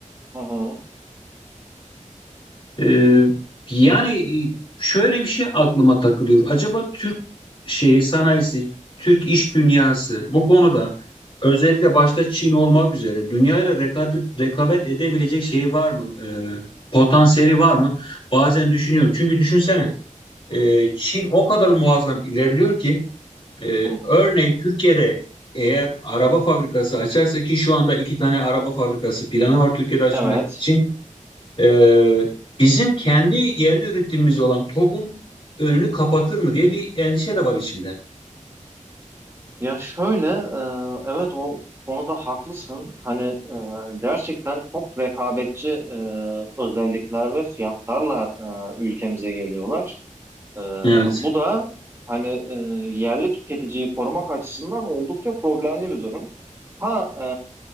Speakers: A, on the right; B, on the left.
A: Hı hı,
B: Ee, yani e, şöyle bir şey aklıma takılıyor. Acaba Türk şeyi sanayisi, Türk iş dünyası bu konuda özellikle başta Çin olmak üzere dünyayla reka- rekabet edebilecek şey var mı? Ee, potansiyeli var mı? Bazen düşünüyorum. Çünkü düşünsene e, Çin o kadar muazzam ilerliyor ki e,
A: hı hı.
B: örneğin Türkiye'de eğer araba fabrikası açarsa ki şu anda iki tane araba fabrikası planı var Türkiye'de açmak
A: Evet.
B: için. Ee, bizim kendi yerli üretimimiz olan TOG'un önünü kapatır mı diye bir endişe de var içimde.
A: Ya şöyle, e, evet o konuda haklısın. Hani e, gerçekten çok rekabetçi e, özellikler ve fiyatlarla e, ülkemize geliyorlar. E,
B: Evet.
A: bu da hani e, yerli tüketiciyi korumak açısından oldukça problemli bir durum. Ha, e,